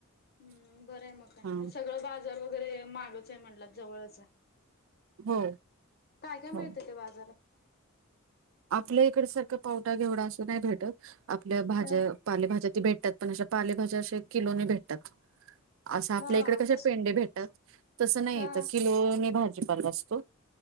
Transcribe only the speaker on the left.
हम्म. बरं आहे मग काय,
सगळं बाजार वगैरे मागच आहे म्हणटला जवळच आहे.
काय काय मिळत
त्या बाजारात?
ह
हा
कस
हा